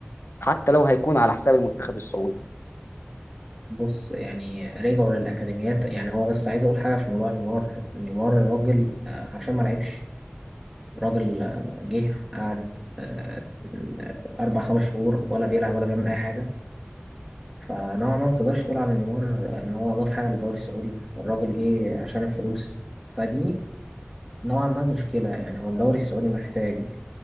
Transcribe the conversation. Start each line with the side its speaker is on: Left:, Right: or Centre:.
Left: حتى لو هيكون على حساب المنتخب السعودي
Centre: بص يعني رجعوا للأكاديميات يعني هو بس عايز أقول حاجة في موضوع نيمار نيمار راجل آه، عشان ما لعبش راجل آه، جه قعد آه، أربع خمس شهور ولا بيلعب ولا بيعمل أي حاجة فنوعا ما ما تقدرش تقول على نيمار إن هو أضاف حاجة للدوري السعودي الراجل جه عشان الفلوس فدي نوعا ما مشكلة يعني هو الدوري السعودي محتاج